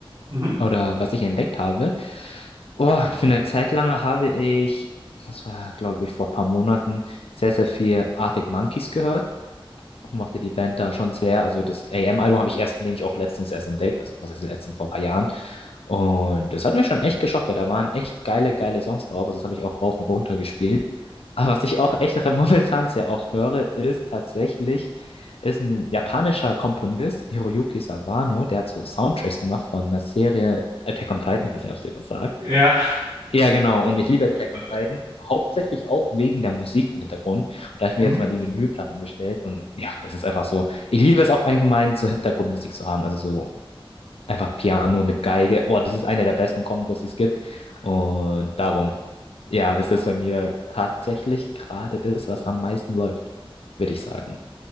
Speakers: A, on the right; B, on the left.
A: Mhm.
B: oder was ich entdeckt habe. Oh, für eine Zeit lang habe ich, das war glaube ich vor ein paar Monaten, sehr, sehr viel Arctic Monkeys gehört. Ich mochte die Band da schon sehr. Also das AM-Album habe ich erst nämlich auch letztens erst entdeckt. Also was heißt letztens, vor ein paar Jahren. Und das hat mir schon echt geschockt, weil da waren echt geile, geile Songs drauf. Also das habe ich auch rauf und runter gespielt. Aber was ich auch echt <laughs> re- momentan sehr oft höre, ist tatsächlich, ist ein japanischer Komponist, Hiroyuki Sawano, der hat so Soundtracks gemacht von einer Serie Attack on Titan. Ich weiß nicht, ob es dir was sagt.
A: Ja.
B: Ja, genau. Und ich liebe Attack
A: <laughs>
B: on Titan, hauptsächlich auch wegen der Musik im Hintergrund. Und da habe ich
A: Mhm.
B: mir jetzt mal die Vinylplatten bestellt. Und ja, es ist einfach so. Ich liebe es auch allgemein, so Hintergrundmusik zu haben. Also so Einfach Piano mit Geige. Boah, das ist eine der besten Kombos, die es gibt. Und darum, ja, ist das bei mir tatsächlich gerade das, was am meisten läuft, würde ich sagen.